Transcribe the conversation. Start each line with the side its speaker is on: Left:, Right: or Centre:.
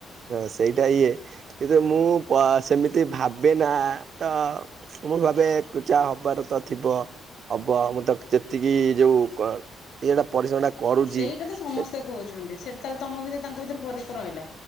Right: ହଁ ସେଇଟା ଇଏ କିନ୍ତୁ ମୁଁ ସେମିତି ଭାବେ ନା ତ ମୁଁ ଭାବେ କଚା ହବାର ତ ଥିବ। ହବ ମୁଁ ତ ଯେତିକି ଯୋଉ ଏଇଟା ପରିଶ୍ରମଟା କରୁଛି
Left: ସେଇଟା ତ ସମସ୍ତେ
Right: ଏ
Left: କହୁଛନ୍ତି ସେଟି ତାହେଲେ ତମ ଭିତରେ ତାଙ୍କ ଭିତରେ ଫରକ ରହିଲା।